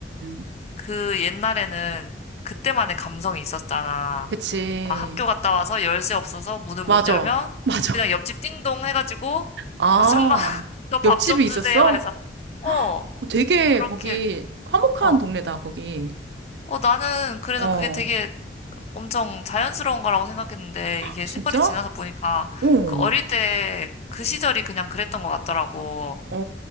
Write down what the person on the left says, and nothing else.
그 옛날에는 그때만의 감성이 있었잖아.
나 학교 갔다 와서 열쇠 없어서 문을
못 열면,
그냥 옆집 띵동 해가지고,
아줌마, <laughs> 저 밥
좀
주세요 해서, 어,
그렇게,
어
어, 나는 그래서
그게 되게 엄청 자연스러운 거라고 생각했는데 이게
세월이 지나서 보니까
그 어릴 때 그 시절이 그냥 그랬던 것 같더라고.